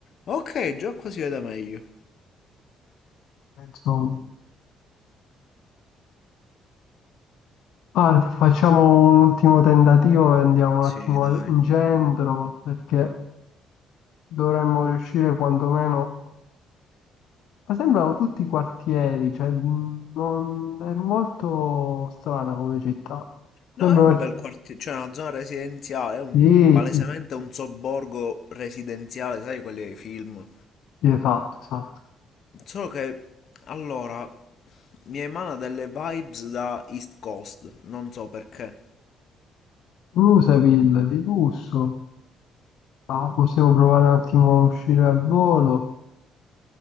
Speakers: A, on the left; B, on the left.
A: Ok, già qua si vede meglio.
B: insomma. Guarda, facciamo un ultimo tentativo e andiamo
A: Sì,
B: un attimo
A: dai.
B: al- in centro, perché... dovremmo riuscire quantomeno... Ma sembrano tutti quartieri, cioè mh, non... è molto strana come città. Sembrano...
A: No, è un
B: ci-
A: bel quartiere, cioè una zona residenziale, è un,
B: Sì,
A: palesemente
B: sì,
A: un sobborgo residenziale, sai, quelli dei film.
B: sì, esatto, esatto.
A: Solo che, allora, mi emana delle vibes da East Coast, non so perché.
B: Bluseville, di lusso. Ah, possiamo provare un attimo a uscire al volo